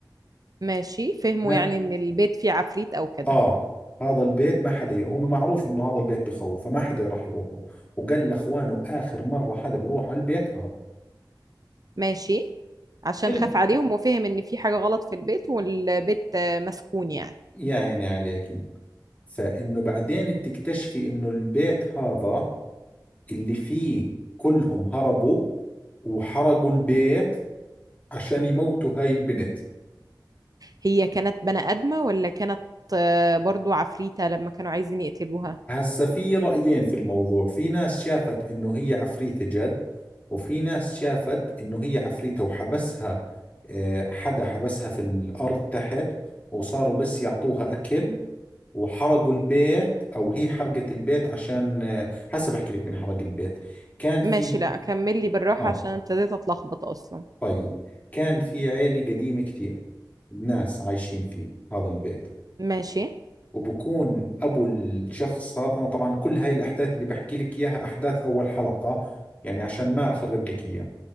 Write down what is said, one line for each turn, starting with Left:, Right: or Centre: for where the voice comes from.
Right: ماشي فهموا
Left: ما
Right: يعني ان البيت فيه عفريت او كده
Left: اه هذا البيت ما حدا ي- هم معروف انه هذا البيت بخوف فما حدا راح يروحوا وقال لاخوانه اخر مره حدا بروح على البيت هذا
Right: ماشي عشان
Left: إلا-
Right: خاف عليهم وفهم ان في حاجه غلط في البيت والبيت آه، مسكون يعني
Left: يا عيني عليكي فانه بعدين بتكتشفي انه البيت هذا اللي فيه كلهم هربوا وحرقوا البيت عشان يموتوا هاي البنت
Right: هي كانت بني ادمه ولا كانت آه، برضو عفريته لما كانوا عايزين يقتلوها
Left: هسا في رأيين في الموضوع في ناس شافت انه هي عفريتة جد وفي ناس شافت انه هي عفريتة وحبسها آه، حدا حبسها في الأرض تحت وصاروا بس يعطوها أكل وحرقوا البيت أو هي حرقت البيت عشان آه، هسا بحكي لك مين حرق البيت كان
Right: ماشي
Left: في
Right: لا كمل لي بالراحه
Left: آه
Right: عشان ابتديت اتلخبط اصلا
Left: طيب كان في عيلة قديمة كثير ناس عايشين فيه هذا البيت
Right: ماشي
Left: وبكون ابو الشخص هذا انا طبعا كل هاي الاحداث اللي بحكي لك اياها احداث اول حلقة يعني عشان ما اخرب لك اياها